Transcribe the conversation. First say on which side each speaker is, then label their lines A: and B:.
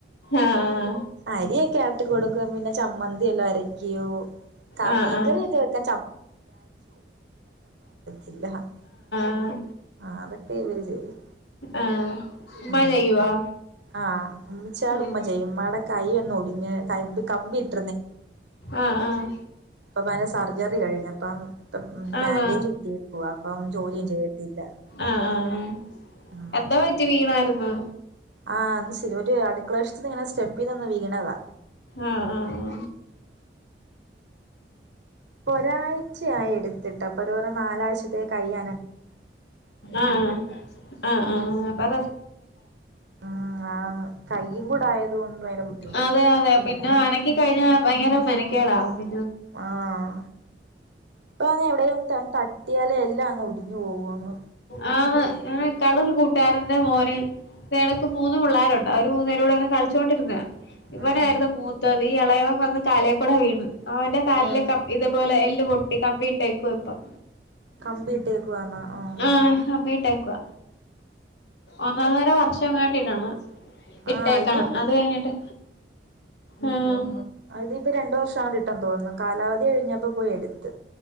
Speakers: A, on the left; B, on the right.
A: ആഹ്
B: അരിയൊക്കെ, ആട്ട കൊടുക്കും, പിന്നെ ചമ്മന്തിെല്ലാം, അരക്കോ ക്കാ,
A: ആഹ്
B: മീൻകറിയൊക്ക
A: ആഹ്
B: <unintelligible>
A: ആഹ്
B: ആ, അതൊക്കെ, ഇവര്, ചെയ്യും
A: ആഹ് ഉമ്മ
B: ഉം,
A: ചെയ്യുവാ
B: ആഹ, ഉമ്മട്,
A: ആഹ്
B: ഉമ്മ, ജായമ്മട <unintelligible> തമ്പി, കമ്പിട്ട്
A: ആഹ്, ആഹ്
B: അപ്പ, അെ, സർജറി, കഴിഞ്, അപ്പം,
A: ആഹ്
B: ബാൻഡേജ്,
A: ആഹ്
B: കിട്ടിയേക്കുവ, അപ്പം, ജോലിയൊന്നും, ചെയ്യത്തില്ല
A: ആഹ, ആഹ്,
B: ഉം
A: എന്താ, പറ്റി, വീണായിരുന്നു
B: ആഹ് അത്, ശരി, ഒരു, അടുക്കള, വശത്ത്ന്ന്, ഇങ്ങനെ, സ്റ്റെപ്പ്നൊന്ന്, വീണതാ
A: ആഹ, ആഹ
B: പ്പൊരാഴ്ചയായി, എടുത്തിട്ട്, ആപ്പോ ഓൽ പറഞ്ഞു നാലാഴ്ചത്തേകയ്യ
A: ആഹ, ആഹ്, ആഹ്, പര
B: ഉം ആന്ന് കയ്യും കൂടെ ആയത് കൊണ്ട് ഭയങ്കര ബുദ്ധിമുട്ടാ
A: അതെതെ, പിന്നെന ക്ക, കഴിഞ്ഞാ, ഭയങ്കര മെനക്കേടാ, വു
B: ആഹ, ഇപ്പ, എവിടെന്ന്, ത, തട്ടിയാല, എല്ലാം, അങ്ങ് ഒടിഞ്ഞു പോവും അങ്ങ്
A: ആ, എ, ക്കാടെ കൂട്ട സേറിന്റെ, മോന് നിനക്ക് മൂന്നും, പിള്ളേരുണ്ട്, അവര് മൂന്നേരോടെ, ഒന്ന്, കളിച്ചുകോണ്ടിരുന്ന ഇവനായിരുന്നു,
B: ഉം
A: മൂത്തത്, ഈ ഇളയവം വന്ന് കാലേക്കൂടെ, വീണ്, അവന്റെ കാലിലക്കെ,
B: ഉം
A: ഇതുപോലെ ല്, പൊട്ടി, കമ്പീട്ടേക്കയപ്പം
B: കമ്പിട്ടേക്കവാന്നാ, ആഹ
A: ആഹ്, കമ്പിട്ടേക്കുവ, ഒന്നന്നര, വർഷം, ങ്ങാട്ടീടണം ഇട്ടേക്കണം,
B: ആഹ് ഇതും
A: അത്, കഞ്ഞിട്ട്, ആഹ്
B: അതി, ഇപ്പോ, രണ്ടു വർഷ, കിട്ടൻ, തോന്നുന്നത്, കാലാവധി, കഴിഞ്ഞപ്പോ, പോയി എടുത്ത്